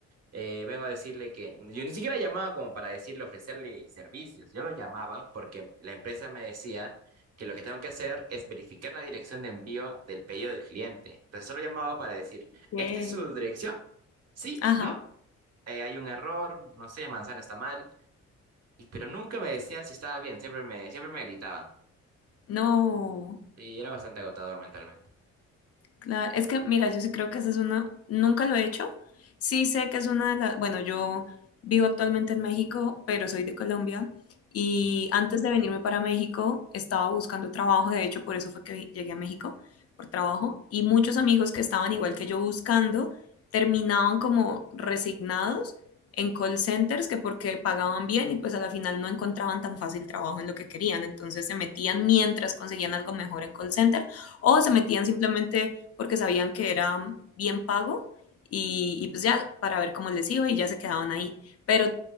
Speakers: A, on the right; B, on the left.
A: Eh, vengo a decirle que yo ni siquiera llamaba como para decirle, ofrecerle servicios. Yo lo llamaba porque la empresa me decía que lo que tengo que hacer es verificar la dirección de envío del pedido del cliente. Entonces solo llamaba para decir,
B: ¿qué?
A: ¿esta es su dirección? Sí,
B: Ajá,
A: no, eh, hay un error, no sé, manzana está mal. Y, pero nunca me decían si estaba bien, siempre me, siempre me gritaban.
B: no.
A: Sí, era bastante agotador mentalmente.
B: Claro, es que mira, yo sí creo que esa es una, nunca lo he hecho. Sí sé que es una de las, bueno, yo vivo actualmente en México, pero soy de Colombia y
A: Ujú.
B: antes de venirme para México estaba buscando trabajo, de hecho por eso fue que vi- llegué a México, por trabajo, y muchos amigos que estaban igual que yo buscando terminaban como resignados en call centers que porque pagaban bien y pues a la final no encontraban tan fácil trabajo en lo que querían, entonces se metían mientras conseguían algo mejor en call center o se metían simplemente porque sabían que era bien pago y, y pues ya para ver cómo les iba y ya se quedaban ahí. Pero